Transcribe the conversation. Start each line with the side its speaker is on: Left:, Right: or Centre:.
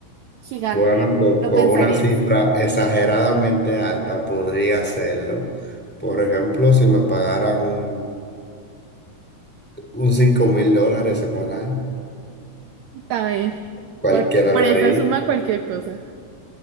Right: gigante?
Centre: Bueno, con,
Right: ¿Lo
Centre: con
Right: pensarías?
Centre: una cifra exageradamente alta podría hacerlo. Por ejemplo, si me pagaran un, un cinco mil dólares semanal,
Right: Está bien.
Centre: cualquiera
Right: Por, por
Centre: lo
Right: esa
Centre: haría.
Right: suma cualquier cosa.